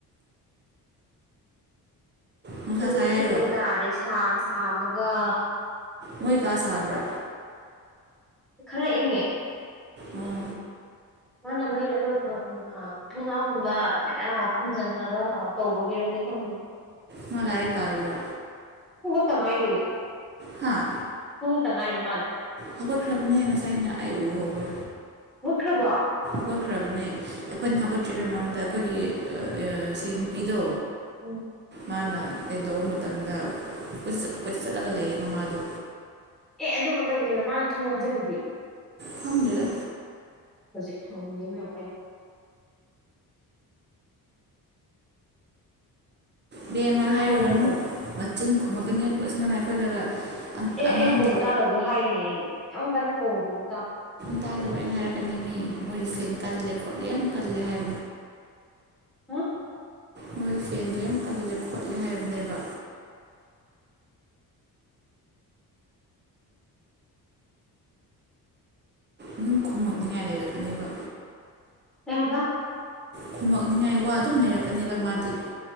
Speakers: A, on the right; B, in the centre.
A: ꯅꯨꯡꯁꯥ
B: ꯄꯨꯔꯤ
A: ꯁꯥꯏ
B: ꯁꯤꯒꯟꯗꯥꯗ
A: ꯍꯥꯏꯔꯣ
B: ꯁꯥꯒ ꯁꯥꯕꯒ
A: ꯃꯣꯏ ꯀꯥ ꯁꯥꯕ꯭ꯔꯥ
B: ꯈ ꯏꯉꯦ
A: ꯑꯣ
B: ꯃꯥꯅ ꯃꯩꯔ ꯎ ꯊꯣꯡꯅꯥꯥꯎꯒꯨꯝꯕ ꯑꯗꯨꯃꯥꯏꯅ ꯈꯨꯝꯖꯤꯜꯂꯒ ꯇꯧꯕꯒꯤꯔꯗꯤ ꯐꯥꯡꯒ
A: ꯅ ꯂꯔ ꯄꯔꯔꯣ
B: ꯇꯉꯥꯏꯅꯤꯦ
A: ꯍꯥꯥ
B: ꯇꯪ ꯉꯥꯏ ꯃꯥꯂꯦ
A: ꯍꯧꯒꯠꯈ꯭ꯔꯕꯅꯦ ꯍꯦ ꯉꯁꯥꯏ ꯑꯩꯅ ꯑꯩ ꯎ ꯍꯧꯋꯦ
B: ꯍꯈ꯭ꯔꯕꯣ
A: ꯍꯧꯒꯠꯈ꯭ꯔꯕꯅꯦ ꯑꯩꯈꯣꯏꯅ ꯍꯧꯒꯠꯇ꯭ꯔꯤꯉꯩ ꯃꯃꯥꯡꯗ ꯑꯩꯈꯣꯏꯒꯤ ꯁꯤ ꯅꯨꯄꯤꯗꯣ
B: ꯎꯝ
A: ꯃꯥꯅ ꯀꯩ ꯂꯧꯕ ꯃꯇꯝꯗꯠ ꯀꯣꯏꯆꯠ ꯆꯠꯂꯒ ꯂꯩꯌꯦ ꯃ ꯃꯥꯥꯗꯣ
B: ꯑꯦ ꯑꯗꯨꯒ ꯀꯩꯒꯤꯅꯣ ꯃꯥꯅ ꯊꯨꯝ ꯑꯣꯣꯟꯁꯤꯜꯂꯤꯗꯤꯦ
A: ꯈꯪꯗꯔ
B: ꯍꯧꯖꯤꯛ ꯈꯥꯎꯗ ꯃꯃꯥꯏ
A: ꯕꯦꯝ ꯑꯃ
B: ꯐꯨꯅꯤꯡꯕꯅ
A: ꯍꯥꯏꯔꯨꯔꯅꯨ
B: ꯂꯣꯏꯔꯦ
A: ꯃꯆꯤꯟ ꯈꯨꯝꯝꯃꯛꯀꯅꯤ ꯑꯁꯤ ꯉꯅ ꯑꯩꯈꯣꯏꯗꯒ
B: ꯑꯦ ꯑꯩꯅ
A: ꯑꯉꯥꯡꯗ
B: ꯀꯧꯕ ꯇꯥꯗꯕꯗꯣ ꯍꯥꯏꯒꯅꯤ ꯑꯩꯗꯤ ꯌꯥꯝ ꯀꯟꯅ ꯀꯧꯗꯨꯕꯨ
A: ꯇꯥꯗꯕ ꯑꯩꯅ ꯍꯥꯏꯔꯛꯀꯅꯤ ꯃꯤ ꯃꯣꯏꯒꯤ ꯐꯦꯟ ꯀꯜꯂꯦ ꯈꯣꯠꯂꯦ ꯌꯥꯝ ꯀꯜꯂꯦ ꯍꯥꯏꯕ
B: ꯑ
A: ꯃꯣꯏꯒꯤ ꯐꯦꯟꯗ ꯌꯥꯝ ꯀꯜꯂꯦ ꯈꯣꯠꯂꯦ ꯍꯥꯏꯕꯅꯦꯕ ꯅꯪ ꯈꯨꯝꯃꯛꯅꯤꯡꯉꯥꯏ ꯂꯩꯔꯛꯀꯅꯦꯕ
B: ꯀꯕ
A: ꯈꯃꯛꯅꯤꯉꯥꯏ ꯋꯥ ꯑꯗꯨꯝ ꯂꯩꯔꯛꯀꯅꯦꯕ ꯃꯥꯗꯤ